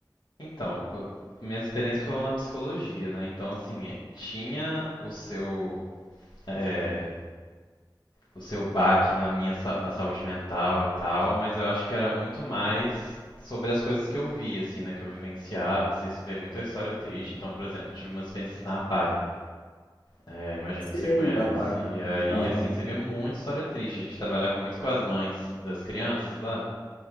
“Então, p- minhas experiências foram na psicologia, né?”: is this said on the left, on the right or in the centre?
Left